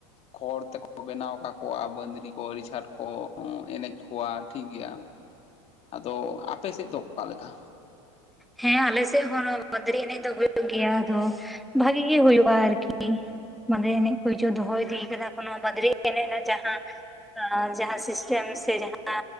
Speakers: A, on the left (about 40°); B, in the centre.
A: ᱠᱷᱚᱲ ᱛᱮᱠᱚ ᱵᱮᱱᱟᱣ ᱠᱟᱠᱚᱣᱟ ᱵᱟᱹᱫᱽᱨᱤ ᱠᱚ ᱟᱹᱰᱤ ᱪᱷᱟᱴ ᱠᱚ ᱮᱸ ᱮᱱᱮᱡ ᱠᱚ ᱠᱚᱣᱟ ᱴᱷᱤᱠ ᱜᱮᱭᱟ ᱟᱫᱚ ᱟᱯᱮ ᱥᱮᱫ ᱫᱚ ᱚᱠᱟ ᱞᱮᱠᱟ?
B: ᱦᱮᱸ ᱟᱞᱮ ᱥᱮᱫ ᱦᱚᱸ ᱵᱟᱸᱫᱽᱨᱤ ᱮᱱᱮᱡ ᱫᱚ ᱦᱩᱭᱩᱜ ᱜᱮᱭᱟ ᱟᱫᱚ ᱵᱷᱟᱜᱮ ᱜᱮ ᱦᱳᱭᱳᱜᱼᱟ ᱟᱨᱠᱤ ᱵᱟᱹᱫᱽᱨᱤᱮ ᱮᱱᱮᱡ ᱠᱚ ᱦᱤᱡᱩᱜ ᱫᱚᱦᱚ ᱤᱫᱤ ᱠᱟᱫᱟ ᱠᱚ ᱱᱚᱣᱟ ᱵᱹᱟᱫᱽᱨᱤᱮ ᱮᱱᱮᱡ ᱨᱮᱱᱟᱜ ᱡᱟᱸᱦᱟ ᱮᱸ ᱡᱟᱸᱦᱟ ᱥᱤᱥᱴᱮᱢ ᱥᱮ ᱡᱟᱸᱦᱟ